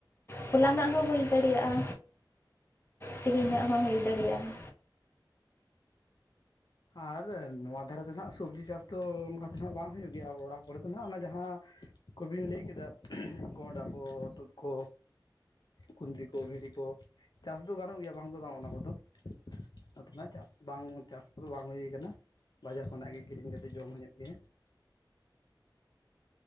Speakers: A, on the left (about 30°); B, on the left (about 60°).
A: ᱦᱚᱞᱟᱱᱟᱜ ᱦᱚᱸ ᱦᱩᱭ ᱫᱟᱲᱮᱭᱟᱜᱼᱟ, ᱛᱮᱦᱮᱧᱟᱜ ᱦᱚᱸ ᱦᱩᱭ ᱫᱟᱲᱮᱭᱟᱜᱼᱟ,
B: ᱟᱨ ᱱᱚᱣᱟ ᱫᱷᱟᱨᱮ ᱫᱚ ᱱᱟᱸᱜ ᱥᱚᱵᱽᱡᱤ ᱪᱟᱥ ᱫᱚ ᱚᱱᱠᱟ ᱫᱚ <unintelligible> ᱵᱟᱝ ᱦᱩᱭᱩᱜ ᱜᱮᱭᱟ ᱚᱲᱟᱜ ᱠᱚᱨᱮ ᱫᱚ ᱱᱟᱦᱟᱸᱜ ᱚᱱᱟ ᱡᱟᱦᱟᱸ ᱠᱚᱵᱤᱱ ᱞᱟᱹᱭ ᱠᱮᱫᱟ ᱠᱚᱸᱰᱟ ᱠᱚ ᱦᱚᱛᱚᱫ ᱠᱚ, ᱠᱩᱫᱽᱨᱤ ᱠᱚ, ᱵᱷᱤᱰᱤ ᱠᱚ, ᱪᱟᱥ ᱫᱚ ᱜᱟᱱᱚᱜ ᱜᱮᱭᱟ ᱵᱟᱝ ᱫᱚ ᱵᱟᱝ ᱚᱱᱟ ᱠᱚᱫᱚ, ᱟᱫᱚ ᱱᱟᱜ ᱪᱟᱥ ᱵᱟᱝ ᱪᱟᱥ ᱠᱚᱫᱚ ᱵᱟᱝ ᱦᱩᱭ ᱠᱟᱱᱟ, ᱵᱟᱡᱟᱨ ᱠᱷᱚᱱᱟᱜ ᱜᱮ ᱠᱤᱨᱤᱧ ᱠᱟᱛᱮᱫ ᱡᱚᱢ ᱦᱩᱭᱩᱜ ᱜᱮᱭᱟ᱾